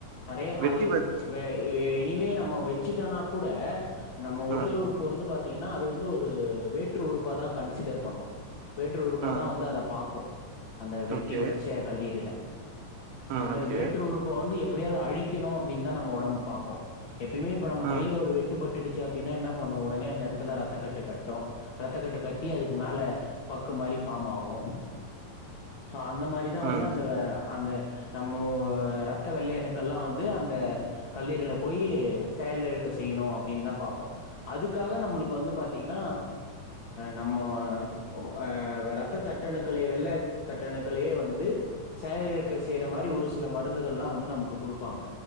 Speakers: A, on the left; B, on the right.
A: நெறைய
B: வெட்டி
A: அது
B: வச்
A: <unintelligible> நீவே நம்ம வெச்சுட்டனா கூட நம்ம உடல்
B: ம்
A: உறுப்பு வந்து பாத்தீங்க அது வந்து ஒரு வேற்று உறுப்பா தா கன்சிடர் பண்ணு வேற்று உறுப்பாதா
B: ம்
A: வந்து அத பாக்கு அந்த வெட்டி
B: ஓகே
A: வச்ச கல்லீறல
B: ம்
A: அந்த
B: ஓகே
A: வேற்று உறுப்ப வந்து எப் எப்டியாவது அழிக்கணு அப்டின்னு தா நம்ம ஒடம்பு பாக்கு எப்பியுமே இப்ப நம்ம
B: ம்
A: கைய்ல ஒரு வெட்டுபட் பட்டுடுச்சு அப்டினா என்ன பண்ணு ஒடனே அந்த எடத்துல ரத்தக்கட்டு கட்டு ரத்தக்கட்டு கட்டி அதுக்கு மேல பக்கு மாரி ஃபாம் ஆகு சோ அந்த மாரி தா வந்து
B: ம்
A: அந்த நம்மோ ரத்த வெள்ளை அணுக்கள் ல்லா வந்து அந்த கல்லீரல போய் செயலிழக்க செய்யனு அப்டின்னு தா பாக்கு அதுக்காக நம்மளுக்கு வந்து பாத்தீங்ன்னா நம்மோ ஆ ரத்த தட்டணுக்களே வெள்ள தட்டணுக்களையே வந்து செயலிழக் செய்ற மாரி ஒரு சில மருந்துகல்லா வந்து நமக்கு குடுப்பாங்க